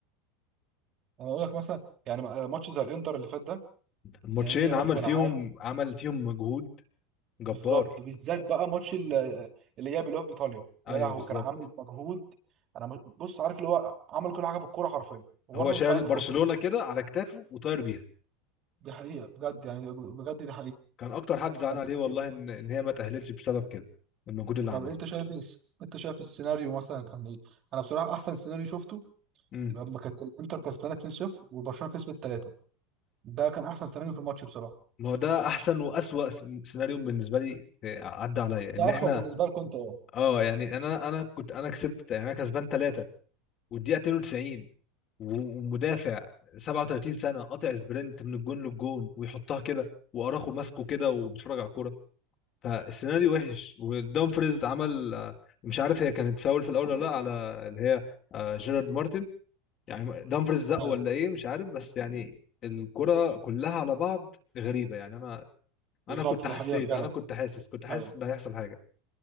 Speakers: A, on the right; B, on the left.
A: أنا أقول لك مثلا يعني ماتش زي الإنتر اللي فات ده
B: الماتشين
A: يمين يامال
B: عمل
A: كان
B: فيهم
A: عامل
B: عمل فيهم مجهود جبار
A: بالظبط بالذات بقى ماتش ال- الإياب اللي هو في إيطاليا
B: ايوه
A: يا لهوي
B: بالظبط
A: كان عامل مجهود أنا م- بص عارف اللي هو عمل كل حاجة في الكورة حرفيا وبرضه
B: هو شال
A: مش عايز
B: برشلونة
A: تخش
B: كده على كتافه وطاير بيها
A: دي حقيقة بجد يعني بجد دي
B: كان اكتر حد زعلان
A: حقيقة
B: عليه والله ان ان هي ما تأهلتش بسبب كده المجهود اللي
A: طب
B: عمله
A: انت شايف الس- انت شايف السيناريو مثلا كان ايه؟ انا بصراحه احسن سيناريو شفته
B: امم
A: لما كانت الانتر كسبانه 2-0 وبرشلونه كسبت 3 ده كان احسن سيناريو في الماتش بصراحه
B: ما هو ده احسن واسوأ س- سيناريو بالنسبة لي آه، عدى عليا ان
A: ده
B: احنا
A: اسوأ بالنسبه لكم انت اه
B: اه يعني انا انا كنت انا كسبت يعني انا كسبان ثلاثة والدقيقة 92 و- ومدافع 37 سنه قاطع سبرنت من الجون للجون ويحطها كده واراخو ماسكه كده وبيتفرج على الكوره فالسيناريو وحش ودومفريز عمل آه، مش عارف هي كانت فاول في الاول ولا لا على اللي هي آه، جيرارد مارتن يعني دومفريز زق
A: ايوه
B: ولا ايه مش عارف بس يعني الكرة كلها على بعض غريبة يعني انا انا
A: بالظبط
B: كنت
A: دي
B: حسيت
A: حقيقه فعلا
B: انا كنت حاسس كنت حاسس
A: ايوه
B: ان هيحصل حاجة